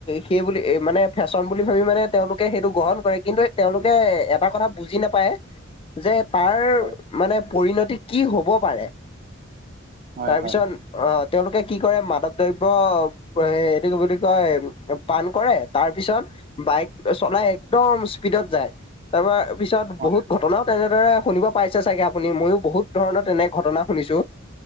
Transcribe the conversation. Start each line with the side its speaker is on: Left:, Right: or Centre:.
Left: সেই বুলি মানে ফেশ্বন বুলি ভাবি মানে তেওঁলোকে সেইটো গ্ৰহণ কৰে কিন্তু তেওঁলোকে এটা কথা বুজি নাপায় যে তাৰ
Right: হয়
Left: মানে পৰিণতি কি হ'ব পাৰে
Right: হয়
Left: তাৰপিছত
Right: হয়
Left: আহ তেওঁলোকে কি কৰে মাদৱ দ্ৰব্য এইটো কি বুলি কয় পান কৰে তাৰপিছত বাইক চলাই একদম স্পীডত যায় তাৰ পিছত
Right: হয়
Left: বহুত ঘটনা তেনেদৰে শুনিব পাইছে চাগে আপুনি ময়ো বহুত ধৰণৰ তেনে ঘটনা শুনিছো